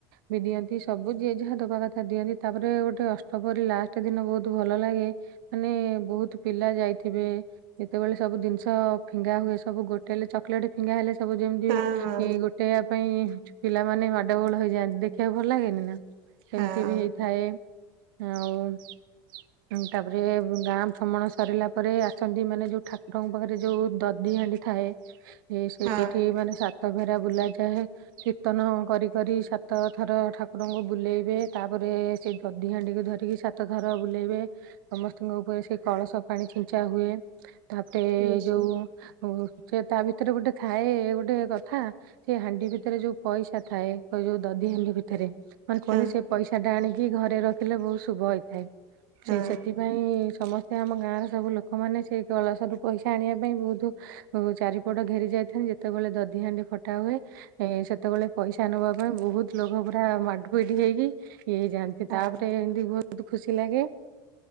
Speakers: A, on the right; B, on the right.
A: ବି ଦିଅନ୍ତି। ସବୁ ଯିଏ ଯାହା ଦବା କଥା ଦିଅନ୍ତି ତାପରେ ଗୋଟେ ଅଷ୍ଟପରି ଲାଷ୍ଟ ଦିନ ବହୁତ ଭଲ ଲାଗେ। ମାନେ ବହୁତ ପିଲା ଯାଇଥିବେ। ଯେତେବେଳେ ସବୁ ଜିନିଷ ଫିଙ୍ଗା ହୁଏ ସବୁ ଗୋଟେ ହେଲେ ଚ ଚକଲେଟ ଫିଙ୍ଗା ହେଲେ ସବୁ ଯେମିତି
B: ହଁ ହଁ
A: ଏ ଗୋଟେ ପାଇଁ ପିଲାମାନୋନ ମାଡଗୋଳ ହେଇଯାଆନ୍ତି ଦେଖିବାକୁ ଭଲ ଲାଗେନି ନା? ସେମିତି
B: ହଁ
A: ବି ହେଇଥାଏ ଆଉ। ତାପରେ ଗାଁ ଭ୍ରମଣ ସରିଲା ପରେ ଆସନ୍ତି ମାନେ ଯୋଉ ଠାକୁରଙ୍କ ପାଖରେ ଯୋଉଦଧି ଦି ହାଣ୍ଡି ଥାଏ ସେଇଠି
B: ହଁ।
A: ମାନେ ସ ସାତ ଘେରା ବୁଲା ଯାଏ କୀର୍ତ୍ତନ କରି କରି ସାତ ଥର ଠାକୁର ଙ୍କୁ ବୁଲେଇବେ ତାପରେ ସେ ଦଧି ହାଣ୍ଡିକୁ ଧରିକି ସାତ ଥର ବୁଲେଇବେ ସମସ୍ତଙ୍କ ଉପରେ ସେ କଳସ ପାଣି ଛିଞ୍ଚା ହୁଏ ତାପରେ
B: ନିଶ୍ଚୟ
A: ଯୋଉ ହଉ ସେ ତା ଭିତରେ ଗୋଟେ ଥାଏ ଗୋଟେ କଥା ସେ ହାଣ୍ଡି ଭିତରେ ଯୋଉ ପଇସା ଥାଏ ଯୋଉ ଦଧି ହାଣ୍ଡି ଭିତରେ। ମାନେ କୁହନ୍ତି
B: ହଁ
A: ସେ ପଇସା ଟା ଆଣିକି ଘରେ ରଖିଲେ ବହୁତ ଶୁଭ ହେଇଥାଏ।
B: ହଁ।
A: ସେ ସେଥି ସେଥି ପାଇଁ ସମସ୍ତେ ଆମ ଗାଁର ସବୁ ଲୋକମାନେ ସେଇ କଳସରୁ ପଇସା ଆଣିବା ପାଇଁ ବହୁତ। ଚାରିପଟ ଘେରି ଯାଇଥାନ୍ତି ଯେତେବେଳେ ଦଧି ହାଣ୍ଡି ଫଟା ହୁଏ ଏ ସେତେବେଳେ ପଇସା ନେବା ପାଇଁ ବହୁତ ଲୋକ ପୁରା ମାଡପିଡି ହେଇକି ଇୟେ ଯାଆନ୍ତି।
B: ହଁ।
A: ତାପରେ ଏମିତି ବହୁତ ଖୁସି ଲାଗେ।